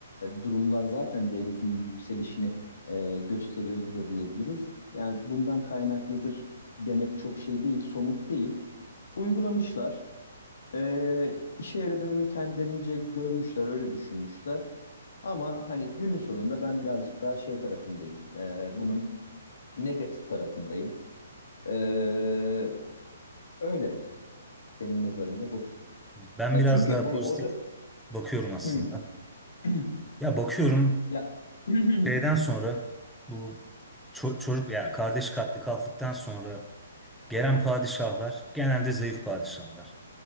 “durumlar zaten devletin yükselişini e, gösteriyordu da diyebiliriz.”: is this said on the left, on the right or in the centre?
Left